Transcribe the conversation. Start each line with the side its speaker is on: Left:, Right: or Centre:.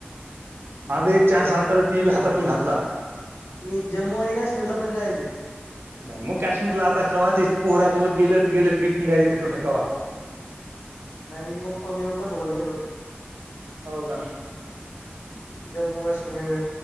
Right: माग एक
Left: अ
Right: चान्स
Left: मी
Right: आलात ते बी हातातून घातला.
Left: मी जम्मू आणि काश्मीरला पण जायेले.
Right: जम्मू काश्मीरला आता कवा ते पोरासोबत गेलो त गेलो ट्र्रीप निघाली त कुठं कवा.
Left: नाही मी मम्मी पप्पा सोबत गेलो होतो.
Right: हो का?
Left: जम्मू काश्मीर.